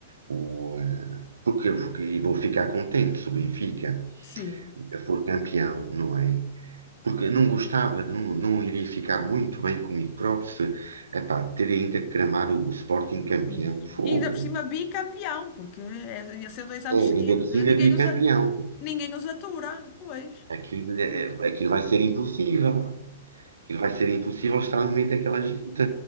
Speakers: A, on the right; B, on the left.
A: o. eh, Porque eu vou- e vou ficar contente se o Benfica
B: Sim,
A: for campeão, não é? Porque não gostava, não, não iria ficar muito bem comigo próprio se, epá, ter ainda que cramar o, o Sporting campeão,
B: mesmo.
A: fogo.
B: E ainda por cima bicampeão, porque é- ia ser dois anos
A: É, ainda
B: seguidos.
A: por cima
B: Eh, Ninguém
A: bicampeão.
B: usa, ninguém os atura depois.
A: Aquilo, é- é- aquilo vai ser impossível. Aquilo vai ser impossível estar no meio daquela gente,